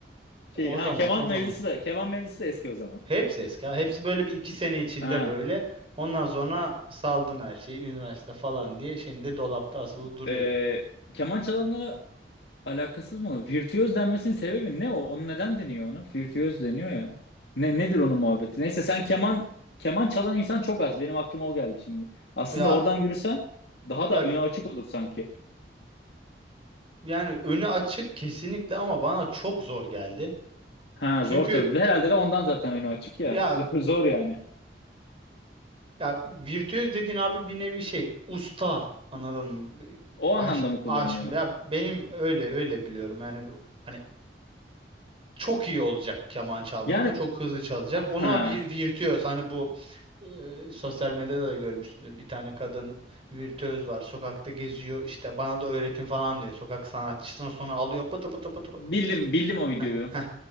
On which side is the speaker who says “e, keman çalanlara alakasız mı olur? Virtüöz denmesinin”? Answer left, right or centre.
Left